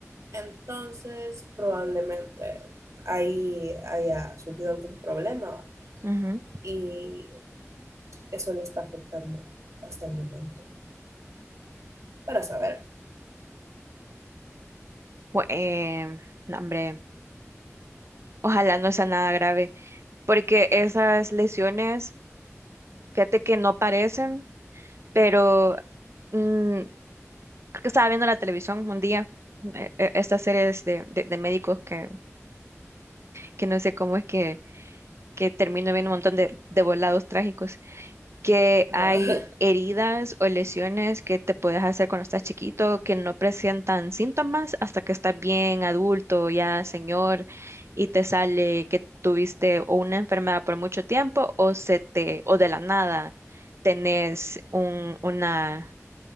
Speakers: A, on the right; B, on the right.
A: Entonces, probablemente ahí haya surgido algún problema
B: ujú.
A: y eso le está afectando hasta el momento, para saber.
B: Bu- eh, no, hombre, ojalá no sea nada grave, porque esas lesiones, fíjate que no parecen, pero mm, creo que estaba viendo la televisión un día, eh, eh, estas series de, de- de médicos que, que no sé cómo es que, que termino viendo un montón de, de volados trágicos. que
A: <laughs> Ajá.
B: hay heridas o lesiones que te puedes hacer cuando estás chiquito que no presentan síntomas hasta que estás bien adulto, ya señor, y te sale que tuviste o una enfermedad por mucho tiempo o se te o de la nada tenés un una